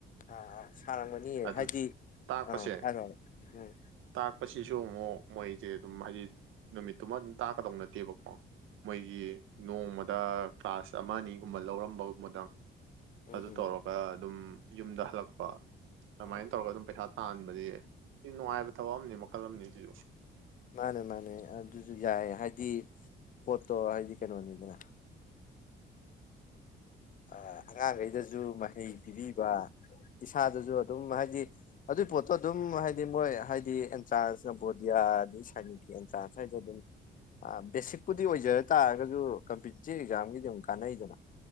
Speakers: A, on the left; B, on the right.
A: ꯑ ꯑ ꯁꯥꯔꯝꯒꯅꯤꯌꯦ
B: ꯑꯗꯨ
A: ꯍꯥꯏꯗꯤ
B: ꯇꯥꯛꯄꯁꯦ
A: ꯑ ꯍꯥꯏꯔꯣ ꯎꯝ
B: ꯇꯥꯛꯄꯁꯤꯁꯨ ꯑꯃꯣ ꯃꯣꯏꯁꯦ ꯑꯗꯨꯝ ꯍꯥꯏꯗꯤ ꯅꯨꯃꯤꯠꯇꯨꯃ ꯑꯗꯨꯝ ꯇꯥꯛꯀꯗꯧ ꯅꯠꯇꯦꯕꯀꯣ ꯃꯣꯏꯒꯤ ꯅꯣꯡꯃꯗ ꯗ ꯀ꯭ꯂꯥꯁ ꯑꯃ ꯑꯅꯤꯒꯨꯝꯕ ꯂꯧꯔꯝꯕ ꯃꯗꯪ ꯑꯗꯨ
A: ꯎꯝ ꯎꯝ
B: ꯇꯧꯔꯒ ꯑꯗꯨꯝ ꯌꯨꯝꯗ ꯍꯜꯂꯛꯄ ꯑꯗꯨꯃꯥꯏ
A: ꯎꯝ
B: ꯇꯧꯔꯒ ꯑꯗꯨꯝ ꯄꯩꯁꯥ ꯇꯥꯟꯕꯗꯤ ꯁꯤ ꯅꯨꯡꯉꯥꯏꯕ ꯊꯕꯛ ꯑꯃꯅꯤ ꯃꯈꯜ ꯑꯃꯅꯤ ꯁꯤꯁꯨ
A: ꯃꯥꯅꯦ ꯃꯥꯅꯦ ꯑꯗꯨꯁꯨ ꯌꯥ ꯍꯥꯏꯗꯤ ꯄꯣꯠꯇꯣ ꯍꯥꯏꯗꯤ ꯀꯩꯅꯣꯅꯤꯗꯅ ꯑ ꯑꯉꯥꯡ ꯒꯩꯗꯖꯨ ꯖꯨ ꯃꯍꯩ ꯄꯤꯕꯤꯕ ꯏꯁꯥꯗꯁꯨ ꯑꯗꯨꯝ ꯍꯥꯏꯗꯤ ꯑꯗꯨꯏ ꯄꯣꯠꯇꯣ ꯑꯗꯨꯝ ꯍꯥꯏꯗꯤ ꯃꯣꯏ ꯍꯥꯏꯗꯤ ꯑꯦꯟꯇ꯭ꯔꯥꯟꯁꯅꯕꯣꯗꯤꯌꯥ ꯑꯩ ꯁꯥꯏꯅꯤꯛꯀꯤ ꯑꯦꯟꯇ꯭ꯔꯥꯟꯁ ꯍꯥꯏꯁꯨꯣ ꯑꯗꯨꯝ ꯕꯦꯁꯤꯛꯄꯨꯗꯤ ꯑꯣꯏꯖꯔ ꯇꯥꯔꯒꯁꯨ ꯀꯝꯄꯤꯇꯤꯇꯤꯞ ꯑꯦꯛꯖꯥꯝꯒꯤꯗꯤ ꯑꯗꯨꯝ ꯀꯥꯟꯅꯩꯗꯅ